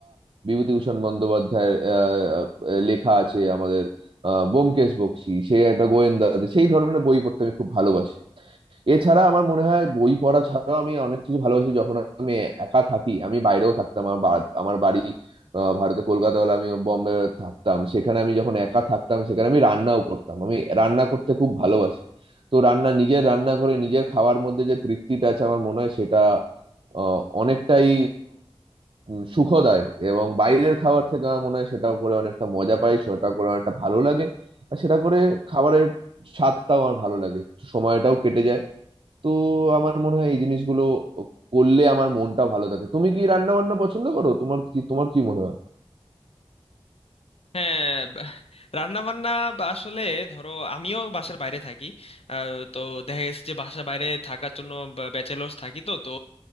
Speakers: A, on the right; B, on the left.
A: বিভূতিভূষণ বন্দ্যোপাধ্যায়ের আহ, লেখা আছে আমাদের আহ, ব্যোমকেশ বক্সী সে একটা গোয়েন্দা সেই ধরনের বই পড়তে আমি খুব ভালোবাসি এছাড়া আমার মনে হয় বই পড়া ছাড়াও আমি অনেক কিছু ভালোবাসি যখন আমি একা থাকি আমি বাইরেও থাকতাম আমার বা- আমার বাড়ি আহ, ভারতে কলকাতা হলে আমি বম্বে থাকতাম সেখানে আমি যখন একা থাকতাম সেখানে আমি রান্নাও করতাম আমি রান্না করতে খুব ভালোবাসি তো রান্না নিজের রান্না করে নিজের খাওয়ার মধ্যে যে তৃপ্তিটা আছে আমার মনে হয় সেটা আহ, অনেকটাই উম, সুখ দেয় এবং বাইরের খাবার থেকে আমার মনে হয় সেটা করে অনেকটা মজা পাই সেটা করে অনেকটা ভালো লাগে আর সেটা করে খাবারের স্বাদটাও আমার ভালো লাগে সময়টাও কেটে যায় তো আমার মনে হয় এই জিনিসগুলো করলে আমার মনটা ভালো থাকে তুমি কি রান্না বান্না পছন্দ করো তোমার কি তোমার কি মনে হয়
B: হ্যাঁ রান্না বান্না আসলে ধরো আমিও বাসার বাইরে থাকি আহ, তো দেখা গেছে যে বাসার বাইরে থাকার জন্য ব্যাচেলার্স থাকি তো তো